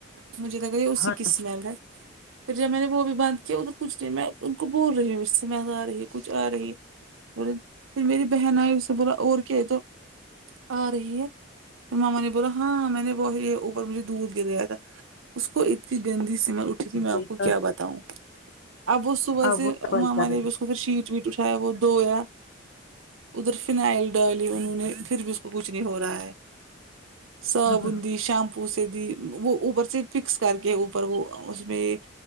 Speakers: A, on the right; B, on the left.
A: مجھے لگا یہ اسی
B: ہاں
A: کی سمل ہے پھر جب میں نے وہ بھی بند کیا ا تو کچھ نہیں میں ان کو بول رہی ہوں سمیل آ رہی کچھ آ رہی بے پھر میری بہن آئی اس سے بولا اور کیا ہے تو آ رہی ہے پھر ماما نے بولا ہاں میں نے بہت اوپر مجھے دھود گر گیا تھا اس کو اتنی گندی سمیل جی میں
B: دیکھا
A: آپ کو کیا بتاؤں اب وہ صبح
B: ہاں
A: سے
B: وہ صفائی
A: ماما
B: کر
A: نے بھی اس کو کچھ شیٹ ویٹ اٹھایا وہ دھویا ادھر فناائل ڈال لی انہوں نے پھر بھی اس کو کچھ نہیں ہو رہا ہے صابن
B: رہے
A: دی شیمپو سے دی وہ اوپر سے فکس کر کے اوپر وہ اس میں